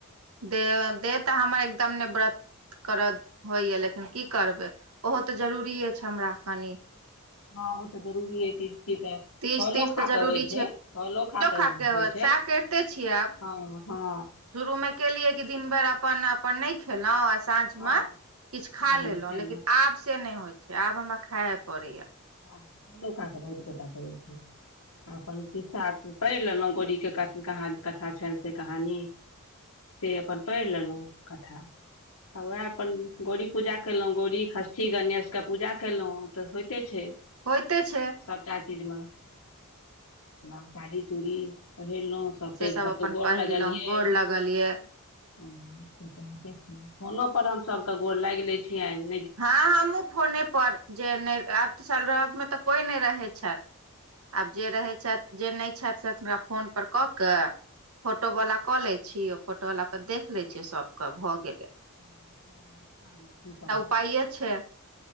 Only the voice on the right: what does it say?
दे देह तऽ हमर एकदम नहि ब्रत करत होइए लेकिन की करबै, ओहो तऽ जरूरिए छै हमरा कनि।
तीज
तीज
तऽ जरूरी
खाके
होत
सएह करिते छियै आब
शुरू में केलियै कि दिन भैर अपन अप पन नहि खेलौं, आ साँझ
में किछ
खा लेलऊ
लेकिन आब से नहि होइ छै। आब हमरा खाए पड़ैयऽ।
होयइते छै।
से
अपन
पहिरलहुँ
गोर लगल ये
हँ, हमहुँ फोने पर। - जे नहि, आब तऽ सलरो मे तऽ कोई नहि रहे छथि, आब जे रहे छथि। जे नहि छथि, से हनकरा फोन परर कऽ क। फोटो वाला कऽ ले छीिय, फोटो वालला पर देख ले छीिय, सबके भऽ गेले।
पइए छै।